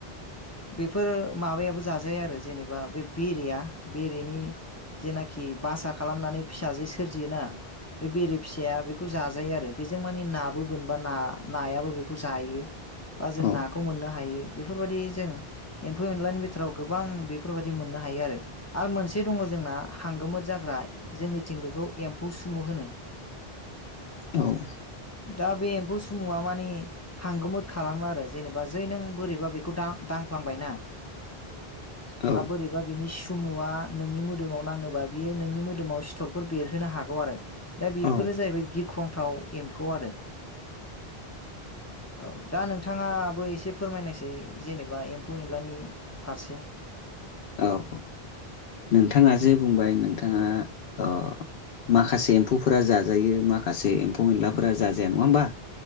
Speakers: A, on the left (about 30°); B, on the left (about 70°).
A: बेफोर माबायाबो जाजाया आरो जेनेबा बे बेरेया बेरेनि जेनाखि बासा खालामनानै फिसाजो सोरजियोना बे बेरे फिसाया बेखौ जाजायो आरो बेजों मानि नाबो बोनबा नायाबो बे खौ जायो बा जों
B: ओहो
A: नाखौ मोननो हायो बेफोरबादि जों एम्फौ एनलानि बिथोराव गोबां बेफोरबायदि मोननो हायो आरो। आरो मोनसे दङ जोंना हांगोमो जाग्रा जोंनिथिं बेखौ एम्फौ सुमु होनो।
B: औ
A: दा बे एम्फौ सुमुआ मानि हांगोमोत खालामो आरो जेनेबा जै नों बोरैबा बेखौ दां दांफ्लांबाय ना
B: औ
A: बा बोरैबा बिनि सु मुआ नोंनि मोदोमाव नाङोबा बेयो नोंनि मोदोमाव सिथरफोर बेरहोनो हागौ आरो। दा बेफोरो
B: औ
A: जाहैबाय गिख्रंथाव एम्फौ आरो। औ दा नोंथाङाबो एसे फोरमायनायसै जेनेबा एम्फौ एनलानि फारसे।
B: औ औ। नोंथाङा जे बुंबाय नोंथाङा अ माखासे एम्फौफोरा जाजायो, माखासे एम्फौ एनलाफोरा जाजाया नङा होमबा?